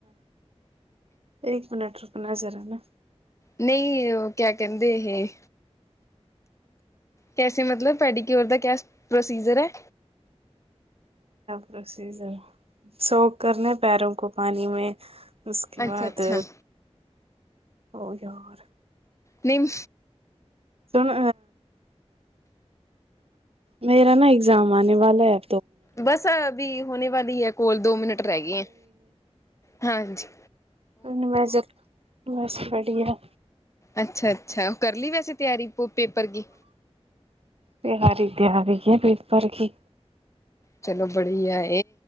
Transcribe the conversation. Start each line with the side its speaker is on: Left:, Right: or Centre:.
Right: ਇੱਕ ਮੀਨਟ ਰੁਕਣਾ ਜ਼ਰਾ ਨਾ।
Left: ਨਹੀਂ ਉਹ ਕਿਆ ਕਹਿੰਦੇ ਇਹ ਕੈਸੇ ਮਤਲਬ ਪੈਡੀਕਿਓਰ ਦਾ ਕਿਆ ਪ੍ਰੋਸੀਜਰ ਹੈ।
Right: ਪ੍ਰੋਸੀਜ਼ਰ ਸੌਕ ਕਰਨੇ ਪੈਰੋਂ ਕੋ ਪਾਣੀ ਮੈਂ। ਉਸਕੇ ਬਾਅਦ
Left: ਅੱਛਾ ਅੱਛਾ
Right: ਹੋ ਗਿਆ ਔਰ।
Left: ਨਮ
Right: ਸੁਣ ਮੇਰਾ ਨਾ ਐਗਜ਼ਾਮ ਆਉਣੇ ਵਾਲਾ ਹੈ-
Left: ਬਸ ਵੀ ਹੋਣੇ ਵਾਲੀ ਹੈ ਕੋਲ ਦੋ ਮਿੰਟ ਰਹਿ ਗਏ ਹੈ। ਹਾਂਜੀ।
Right: ੂੰ ਮ ਬਸ ਵੜੀਆ
Left: ਅੱਛਾ ਅੱਛਾ ਉਹ ਕਰ ਲਈ ਵੈਸੇ ਤਿਆਰੀ ਪੇਪਰ ਦੀ
Right: ਤਹਾਰੀ ਤਿਆਰੀ ਹੈ ਪੇਪਰ ਕੀ
Left: ਚਲੋ ਬੜੀਆ